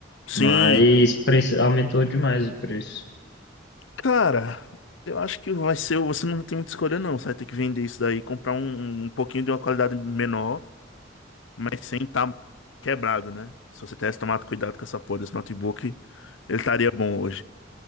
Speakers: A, on the left; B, on the left.
A: Sim.
B: Mas preço, aumentou demais o preço.
A: Cara, eu acho que vai ser. Você não tem muita escolha, não. Você vai ter que vender isso daí, comprar um, um pouquinho de uma qualidade menor. mas sem estar quebrado, né? Se você tivesse tomado cuidado com essa porra desse notebook, ele estaria bom hoje.